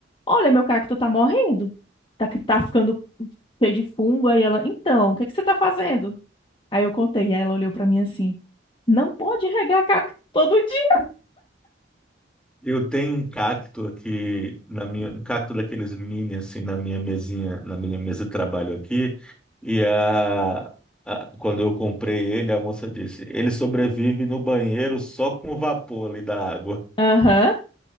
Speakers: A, on the left (about 25°); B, in the centre.
A: "Olha, meu cacto tá morrendo. Tá que tá ficando cheio de fungo". Aí ela: "Então, o que que você tá fazendo?". Aí eu contei, aí ela olhou pra mim assim: "Não pode regar cacto todo dia".
B: Eu tenho um cacto aqui na minha, um cacto daqueles mini assim na minha mesinha, na minha mesa de trabalho aqui, e a, a- quando eu comprei ele, a moça disse: "Ele sobrevive no banheiro só com o vapor ali da água.
A: Aham.